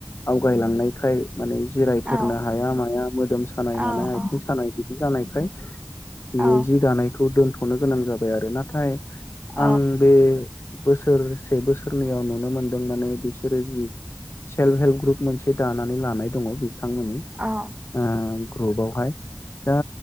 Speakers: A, on the left; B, on the right.
A: आवगायलांनायखाय माने जिरायथेरनो
B: औ
A: हाया माया मोदोम सानाय
B: औ
A: मानाय आथिं
B: औ
A: सानाय बिदि जानायखाय बियो
B: औ
A: जि दानायखौ दोन्थ'नो गोनां जाबाय आरो नाथाय
B: औ
A: आं बे बोसोरसे बोसोरनैयाव नुनो मोनदों माने बिसोरो जि सेल्फ हेल्प ग्रुप मोनसे दानानै लानाय दङ बिजों बिथांमोननि
B: औ
A: ओ ग्रुपावहाय दा